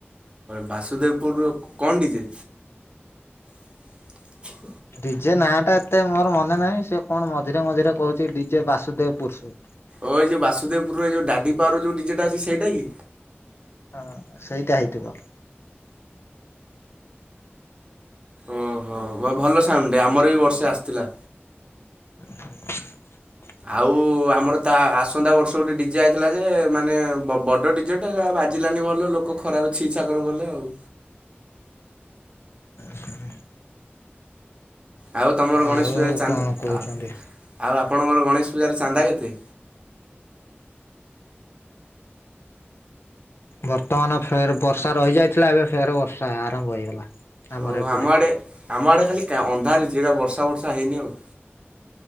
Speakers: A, on the right; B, on the left.
A: ବାସୁଦେବ୍ ପୁର ର କଣ ଡିଯେ? <inaudible>
B: ଡିଜେ ନାଁ ଟା ଏତେ ମୋର ମନେ ନାହିଁ ସେ କଣ ମଝିରେ ମଝିରେ କହୁଛି ଡିଜେ ବାସୁଦେବ୍ ପୁରୁଷୁ।
A: ଓ ଏ ଯେଉ ବାସୁଦେବ୍ ପୁର ର ଏ ଯୋଉ ଡାଡି ପାୱାର ଯୋଉ ଡିଜେଟା ଅଛି ସେଇଟା କି?
B: ହଁ ସେଇଟା ହେଇଥିବ।
A: ଓହୋ ଭଲ ସାଉଣ୍ଡ୍ ଟାଏ ଆମର ବି ବର୍ଷେ ଆସିଥିଲା।
B: ହ <unintelligible>
A: ଆଉ ଆମର ତା ଆସନ୍ତା ବର୍ଷ ଗୋଟେ ଡିଜେ ଆଇଥିଲା ଯେ ମାନେ ବଡ ଡି ଜଟା ବାଜିଲାନି ଭଲ ଲୋକ ଖରାପେ ଛି ଛାକର କଲେ ଆଉ।
B: ଆ ସେ <unintelligible>
A: ଆଉ ତୁମର ଗଣେଶ
B: ଆଉ
A: ପୂଜାରେ ଚାନ୍ଦ
B: କଣ କହୁଛନ୍ତି?
A: ଆଉ ଆପଣଙ୍କର ଗଣେଶ ପୂଜାରେ ଚାନ୍ଦା କେତେ?
B: ବର୍ତ୍ତମାନ ଫେରେ ବର୍ଷା ରହି ଯାଇଥିଲା ଏବେ ଫେର ବର୍ଷା ଆରମ୍ଭ ହେଇଗଲା। ଆମର
A: ଓ
B: ଏପଟେ।
A: ଆମ ଆଡ଼େ ଆମ ଆଡ଼େ ଖାଲି କା ଅନ୍ଧାର ଯା ବର୍ଷା ବର୍ଷା ହେଇନି ଆଉ।